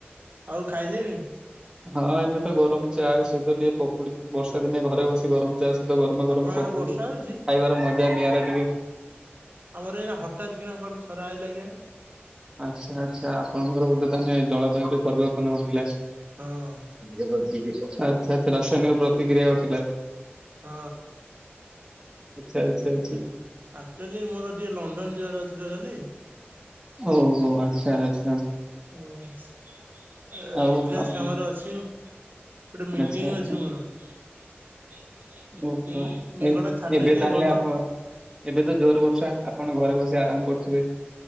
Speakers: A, on the right; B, on the right.
A: ଆଉ ଖାଇଲେଣି?
B: ହଁ ଏବେ ତ ଗରମ ଚା ସହିତ ଟିକେ ପକୁଡି, ବର୍ଷା ଦିନେ ଘରେ ବସି ଗରମ ଚାହା ସହିତ ଗରମା ଗରମ
A: ଆପଣଙ୍କ
B: ପକୁଡି
A: ଆଡେ ବର୍ଷା
B: ଖାଇବାର
A: ହଉଛି
B: ମଜା ନିଆରା ଟିକେ।
A: ଆମର ଏଇନା ହଠାତ୍ କିନା କୁଆଡୁ ଖରା ଆଇଲା କେଜାଣି।
B: ଆଚ୍ଛା ଆଚ୍ଛା, ଆପଣଙ୍କର ବୋଧେ ମାନେ ଜଳବାୟୁ ଟିକେ ପରିବର୍ତ୍ତନ ଘଟିଲା।
A: ହଁ।
B: ଆଚ୍ଛା ଆଚ୍ଛା, ରାସାୟନିକ ପ୍ରତିକ୍ରିୟା ଘଟିଲା।
A: ହ।
B: ଆଚ୍ଛା ଆଚ୍ଛା ଆଚ୍ଛା।
A: ଆକ୍ଚୁଆଲି ମୋର ଟିକେ ଲଣ୍ଡନ ଯିବାର ଅଛି ତ କାଲି।
B: ଓହୋ ଆଚ୍ଛା ଆଚ୍ଛ୍।
A: ଏ
B: ଆଉ
A: ବିଜନେସ୍
B: ଆପଣ
A: କାମରେ ଅଛି। ଗୋଟେ ମିଟିଂ
B: ଆଚ୍ଛା ଆଚ୍ଛା
A: ଅଛି ମୋର। ସେଥିପାଇଁ
B: ଓହୋ
A: ମେଘ
B: ଏ
A: ଟା ଛାଡନେ
B: ଏବେ
A: ଟିକେ
B: ତାହେଲେ
A: ଭଲ।
B: ଆପଣ ଏବେ ତ ଜୋରେ ବର୍ଷା। ଆପଣ ଘରେ ବସି ଆରାମ କରୁଥିବେ।